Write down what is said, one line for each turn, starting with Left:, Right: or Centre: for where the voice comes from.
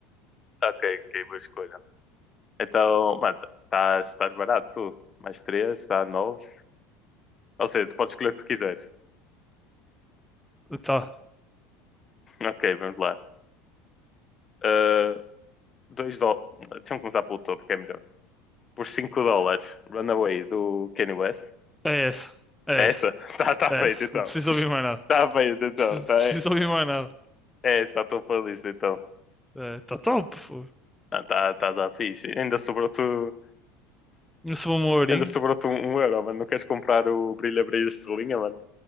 Left: Ok, ok, boa escolha. Então, mano, estás estás barato, tu. Mais três, está nove. Ou seja, tu podes escolher o que tu quiseres.
Centre: Tá,
Left: Ok, vamos lá. Ah, dois dólares. Deixa-me começar pelo topo, que é melhor. Por cinco dólares, Runaway do Kanye West.
Centre: é essa, é
Left: É
Centre: essa,
Left: essa? <laughs> Tá, tá
Centre: é
Left: feito,
Centre: essa.
Left: então.
Centre: Não preciso ouvir mais nada.
Left: Tá feito, então.
Centre: Preciso,
Left: Tá,
Centre: preciso
Left: é
Centre: ouvir mais nada.
Left: essa a tua playlist, então.
Centre: É, tá top, pô.
Left: Ah, tá, tá, tá fixe. Ainda sobrou tu
Centre: Não sou um ourinho.
Left: Ainda sobrou-te um, um euro, mano. Não queres comprar o brilha, brilha, estrelinha, mano?